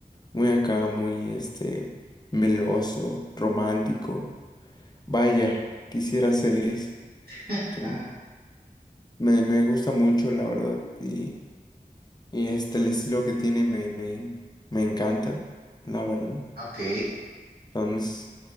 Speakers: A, on the left; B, on the right.
A: muy acá, muy, este, meloso, romántico. Vaya, quisiera ser ese.
B: <laughs>
A: Sí,
B: Ajá.
A: Me, me gusta mucho, la verdad, y, y este, el estilo que tiene me, me, me encanta, la verdad.
B: Ok.
A: Entonces,